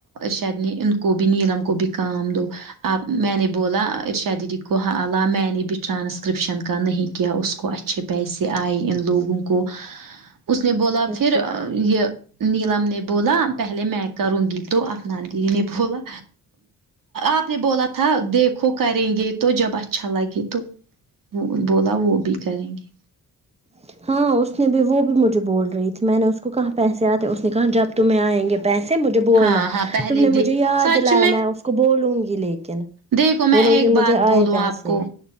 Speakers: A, on the right; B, on the right.
A: شاید نے ان کو بھی نیلم کو بھی کام دو اب میں نے بولا ارشاد دیدی کو ہاں اللہ میں نے بھی ٹرانسکرپشن کا نہیں کیا اس کو اچھے پیسے آئے ان لوگوں کو اس نے بولا
B: اچھا
A: پھر یہ نیلم نے بولا پہلے میں کروں گی تو اپفنا دیدی نے بولا آپ نے بولا تھا دیکھو کریں گے تو جب اچھا لگے تو وہ بولا وہ بھی کریں گے
B: <inaudible> ہاں اس نے بھی وہ بھی مجھے بول رہی تھی میں نے اس کو کہاں پیسے آتے اس نے کہا جب تمہیں آئیں گے پیسے مجھے بولنا
A: ہاں ہاں پہلے
B: تم نے
A: د
B: مجھے یاد
A: سچ
B: دلایا میں اس کو بولوں گی لیکن
A: دیکھو میں
B: بولوں
A: ایک
B: گی مجھے
A: بات
B: آئے
A: بولوں
B: پیسے
A: آپ کو